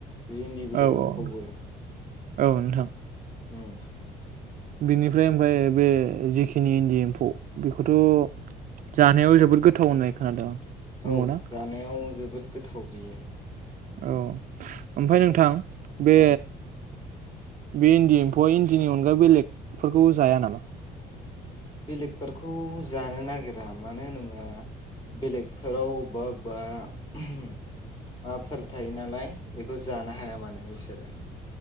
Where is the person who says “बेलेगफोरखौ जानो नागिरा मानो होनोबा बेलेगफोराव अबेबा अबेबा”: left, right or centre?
Left